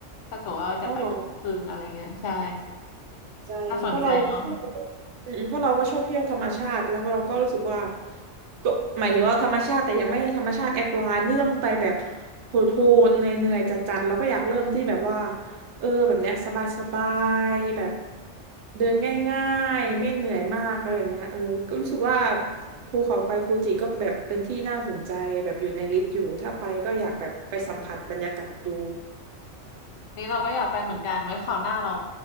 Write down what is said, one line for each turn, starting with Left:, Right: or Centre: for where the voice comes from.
Left: ถ้าเกิดว่าจะไปคืนอะไรเงี้ยใช่
Right: อ๋อเหรอใจเพราะเราเพราะเราก็
Left: น่าสนใจเนาะ
Right: อืมเพราะเราก็ชอบเที่ยวธรรมชาติแล้วก็เราก็รู้สึกว่า ก็หมายถึงว่าธรรมชาติแต่ยังไม่ธรรมชาติแอดวานซ์ที่ต้องไปแบบโหดๆเหนื่อยๆจัดๆแล้วก็อยากเริ่มที่แบบว่าเออแบบเนี้ยสบายๆแบบเดินง่ายๆไม่เหนื่อยมากอะไรแบบเนี้ยเออก็รู้สึกว่าภูเขาไฟฟูจิก็แบบเป็นที่น่าสนใจแบบอยู่ในลิสต์อยู่ถ้าไปก็อยากแบบไปสัมผัสบรรยากาศดู
Left: อันนี้เราก็อยากไปเหมือนกันไว้คราวหน้าเรา